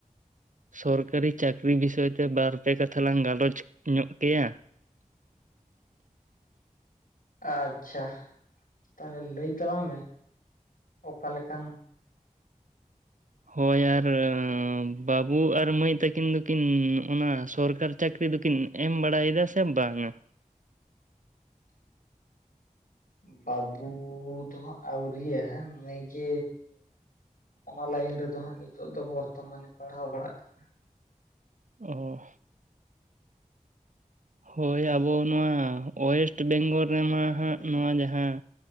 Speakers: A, on the right; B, on the left.
A: ᱥᱚᱨᱠᱟᱨᱤ ᱪᱟᱹᱠᱨᱤ ᱵᱤᱥᱚᱭ ᱛᱮ ᱵᱟᱨᱯᱮ ᱠᱟᱛᱷᱟ ᱞᱟᱝ ᱜᱟᱞᱚᱪ ᱧᱚᱜ ᱠᱮᱭᱟ <inaudible>
B: ᱟᱪᱪᱷᱟ ᱛᱟᱦᱚᱞᱮ ᱞᱟᱹᱭ ᱛᱟᱞᱟᱝ ᱢᱮ ᱚᱠᱟ ᱞᱮᱠᱟᱱ
A: ᱦᱳᱭ ᱟᱨ ᱵᱟᱹᱵᱩ ᱟᱨ ᱢᱟᱹᱭ ᱛᱟᱹᱠᱤᱱ ᱫᱚᱠᱤᱱ ᱚᱱᱟ ᱥᱚᱨᱠᱟᱨ ᱪᱟᱹᱠᱨᱤ ᱫᱚᱠᱤᱱ ᱮᱢ ᱵᱟᱲᱟᱭᱮᱫᱟ ᱥᱮ ᱵᱟᱝᱟ
B: ᱵᱟᱹᱵᱩ ᱫᱚ ᱦᱟᱜ ᱟᱣᱨᱤᱭᱮ ᱢᱟᱹᱭ ᱜᱮ ᱚᱱᱟ ᱞᱟᱭᱤᱱ ᱨᱮᱫᱚ ᱦᱟᱸᱜ ᱱᱤᱛᱚᱜ ᱫᱚ ᱵᱚᱨᱛᱚᱢᱟᱱᱮ ᱯᱟᱲᱦᱟᱣ ᱵᱟᱲᱟᱜ ᱠᱟᱱᱟ
A: ᱚ ᱦᱳᱭ ᱟᱵᱚ ᱱᱚᱣᱟ ᱳᱭᱮᱥᱴ ᱵᱮᱝᱜᱚᱞ ᱨᱮᱢᱟ ᱦᱟᱸᱜ ᱱᱚᱣᱟ ᱡᱟᱦᱟᱸ